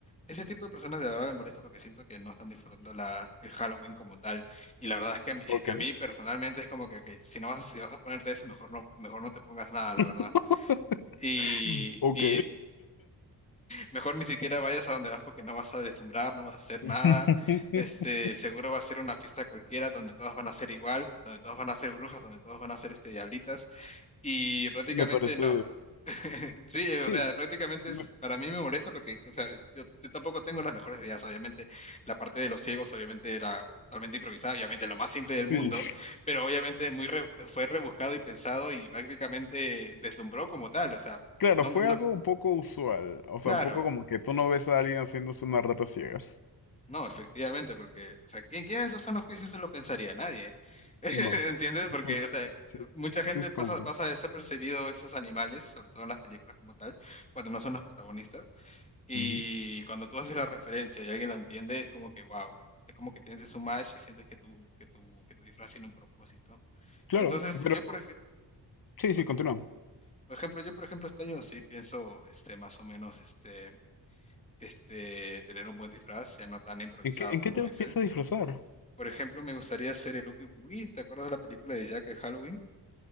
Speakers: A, on the left; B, on the left.
A: Ese tipo de personas de verdad me molesta porque siento que no están disfrutando la, el Halloween como tal. Y la verdad es que, a mí- es
B: Ok.
A: que a mí personalmente es como que, ok, si no vas, a- si vas a ponerte eso, mejor no, mejor no te pongas nada, la verdad.
B: <laughs>
A: Y,
B: Ok.
A: y mejor ni siquiera vayas a donde vas porque no vas a deslumbrar, no vas a hacer
B: <laughs>
A: nada. Este, seguro va a ser una fiesta cualquiera donde todas van a ser igual, donde todas van a ser brujas, donde todas van a ser este, diablitas. Y prácticamente
B: Me parece.
A: no. <laughs> Sí,
B: Sí.
A: o sea, prácticamente
B: me-
A: es, para mí me molesta porque, o sea, yo, yo tampoco tengo las mejores ideas, obviamente. La parte de los ciegos, obviamente, era totalmente improvisada, obviamente, lo más simple del mundo,
B: Sí.
A: pero obviamente muy re- fue rebuscado y pensado y prácticamente deslumbró como tal, o sea,
B: Claro,
A: no,
B: fue
A: me- no,
B: algo un poco usual. O
A: claro.
B: sea, un poco como que tú no ves a alguien haciéndose una rata ciega.
A: No, efectivamente, porque, o sea, ¿quién, quién en su sano juicio se lo pensaría? Nadie. <laughs>
B: No.
A: ¿Entiendes?
B: <laughs>
A: Porque
B: Sí,
A: o sea,
B: sí,
A: mucha gente
B: sí, te
A: pasa,
B: comprendo.
A: pasa desapercibido estos animales, sobre todo en las películas como tal, cuando no son los protagonistas. Y
B: Ujú.
A: cuando tú haces la referencia y alguien la entiende, es como que, wow. Es como que tienes un match y sientes que tu, que tu, que tu disfraz tiene un propósito.
B: Claro,
A: Entonces,
B: pero
A: yo, por, ej-
B: sí, sí,
A: ah,
B: continúa.
A: por ejemplo, yo, por ejemplo, este año sí pienso, este, más o menos, este, este, tener un buen disfraz, ya no tan improvisado
B: ¿En qué, en
A: como
B: qué te empiezas
A: ese.
B: a disfrazar?
A: Por ejemplo, me gustaría hacer el Oogie Woogie. ¿Te acuerdas de la película de Jack de Halloween?